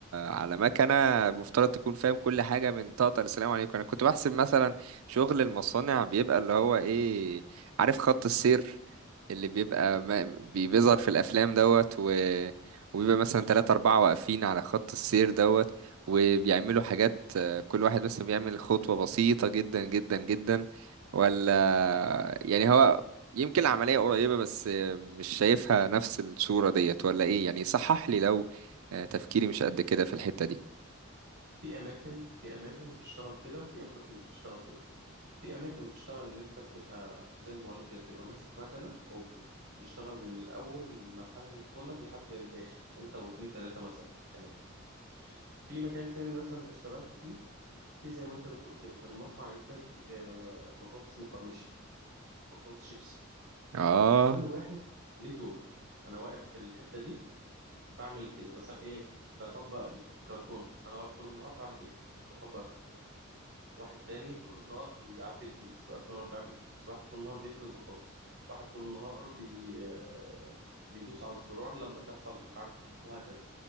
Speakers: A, on the right; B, on the right.
A: على مكنة مفترض تكون فاهم كل حاجة من طاقة السلام عليكم انا كنت بحسب مثلا شغل المصانع بيبقى اللي هو ايه عارف خط السير اللي بيبقى ما... بي- بيظهر في الافلام دوت و... وبيبقى مثلا تلاتة أربعة واقفين على خط السير دوت وبيعملوا حاجات كل واحد بس بيعمل خطوة بسيطة جدا جدا جدا ولا يعني هو يمكن العملية قريبة بس مش شايفها نفس الصورة ديت ولا ايه يعني صحح لي لو تفكيري مش قد كده في الحتة دي
B: في اماكن في اماكن بتشتغل كده وفي اماكن بتشتغل كده في اماكن بتشتغل ان انت بتبقى زي ما بقول لك بتبقى ماسك مكنه وبتشتغل من الاول ما الحاجه تدخل لك لحد الاخر انت واتنين تلاته مثلا كمان في مكان تاني مثلا اشتغلت فيه في زي ما انت بتقول كده كان مصنع انتاج آه، بطاطس مقرمشه بطاطس شيبسي
A: اه
B: كل واحد ليه دور انا واقف في الحته دي بعمل كذا مثلا ايه بطبق كرتون انا واقف طول النهار بعمل ايه بطبق كرتون واحد تاني طول النهار بيعبي الكيس واقف طول النهار بيعبي الكيس واحد طول النهار بيفرز بطاطس واحد طول النهار بي... آه، بيدوس على الزرار لما تحصل مش عارف ايه وهكذا